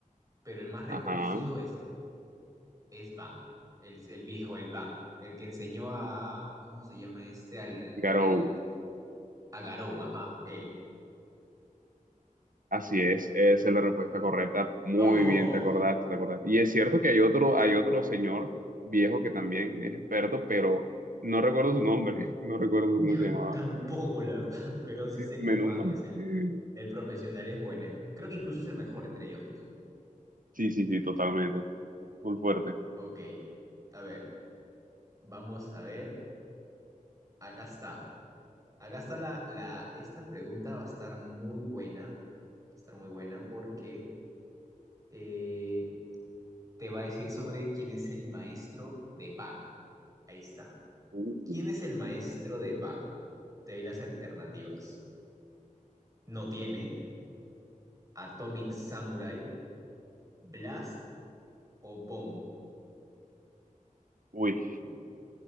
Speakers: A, on the right (about 25°); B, on the right (about 75°).
A: pero el más reconocido
B: ajá,
A: es, es Bang, el, el viejo, el Bang, el que enseñó a, ¿cómo se llama este? Al,
B: Garou.
A: al, a Garou, ajá, él.
B: Así es, esa es la respuesta correcta. Muy
A: ¡Vamos!
B: bien, te acordaste, te acordaste. Y es cierto que hay otro, hay otro señor viejo que también es experto, pero no recuerdo su nombre, <laughs> no recuerdo
A: Yo
B: cómo se llamaba.
A: tampoco, la verdad, <laughs> pero sí sé
B: Menos
A: que Bang
B: mal.
A: es el,
B: Sí,
A: el profesional, es bueno. Creo que incluso es el mejor entre ellos dos.
B: sí, sí, totalmente. Es Muy fuerte.
A: Ok, a ver, vamos a ver. Acá está. Acá está la, la, esta pregunta va a estar muy buena. Va a estar muy buena porque eh, te va a decir sobre quién es el maestro de Bang. Ahí está.
B: Uh,
A: ¿Quién es el maestro de Bang? Te doy las alternativas. No tiene, Atomic Samurai, Blast o Bomb.
B: uy.
A: Uh,